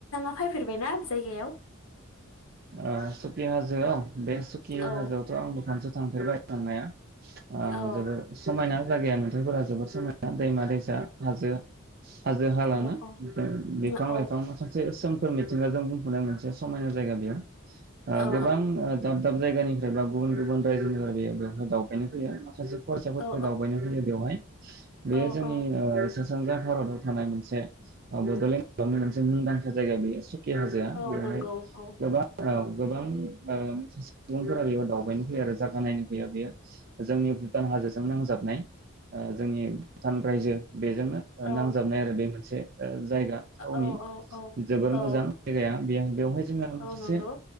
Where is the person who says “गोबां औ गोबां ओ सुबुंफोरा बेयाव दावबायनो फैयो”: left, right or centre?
Right